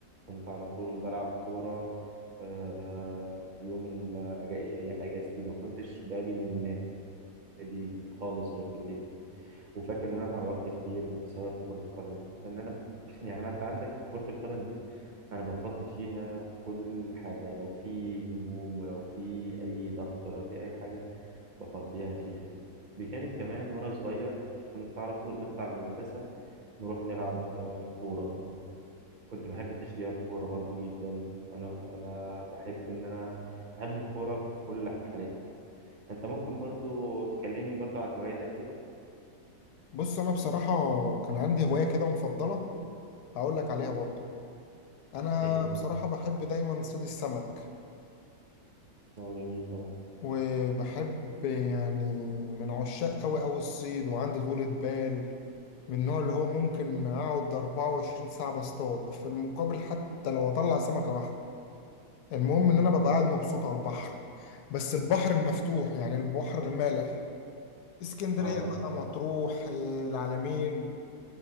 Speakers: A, on the right (about 40°); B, on the left (about 80°).
A: كنت على طول بلعب كوره آه، يوم ال- أجا- ايام اجازتي ما كنتش باجي من النادي خالص غير بالليل وفاكر ان انا اتعورت كتير بسبب كرة القدم دي لان انا <clears throat> ب... يعني انا انت عندك كرة القدم دي انا بفضي فيها كل حاجة لو في هموم ولو في اي ضغط ولو في اي حاجة بفضيها فيها بجانب كمان وانا صغير كنت على طول نطلع من المدرسة نروح نلعب آه، كورة كنت بحب تشجيع الكورة برضو جدا انا انا بحب ان انا بحب الكورة في كل حالتها انت ممكن برضو تكلمني برضو عن هواياتك ايه
B: بص انا بصراحه كان عندي هوايه كده مفضله هقول لك عليها برضه انا
A: ايه هي
B: بصراحه بحب دايما صيد السمك
A: اه جميل طبعا
B: وبحب يعني من عشاق قوي قوي الصيد وعندي طولة بال من النوع اللي هو ممكن اقعد 24 ساعه بصطاد في المقابل حتى لو اطلع سمكه واحده المهم ان انا ببقى قاعد مبسوط على البحر بس البحر المفتوح يعني البحر المالح اسكندريه
A: اه
B: بقى مطروح آه، العلمين